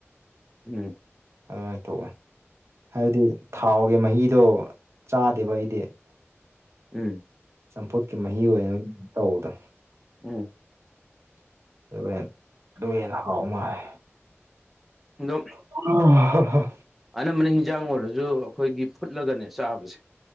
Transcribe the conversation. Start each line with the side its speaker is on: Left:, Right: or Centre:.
Centre: ꯎꯝ
Right: ꯑꯗꯨꯃꯥꯏꯅ ꯇꯧꯋꯤ ꯍꯥꯏꯕꯗꯤ ꯊꯥꯎꯒꯤ ꯃꯍꯤꯗꯣ ꯆꯥꯗꯦꯕ ꯑꯩꯗꯤ
Centre: ꯎꯝ
Right: ꯆꯝꯐꯨꯠꯀꯤ ꯃꯍꯤ ꯑꯣꯏꯅ ꯇꯧꯕꯗꯣ
Centre: ꯎꯝ
Right: ꯑꯗꯨ ꯑꯗꯨꯅ ꯍꯦꯟꯅ ꯍꯥꯎ ꯃꯥꯜꯂꯦ
Centre: ꯑꯗꯣ
Right: ꯎꯝ <inaudible>
Centre: ꯑꯅꯝꯕꯅ ꯍꯤꯟꯖꯥꯡ ꯑꯣꯏꯔꯁꯨ ꯑꯩꯈꯣꯏꯒꯤ ꯐꯨꯠꯂꯒꯅꯦ ꯆꯥꯕꯁꯦ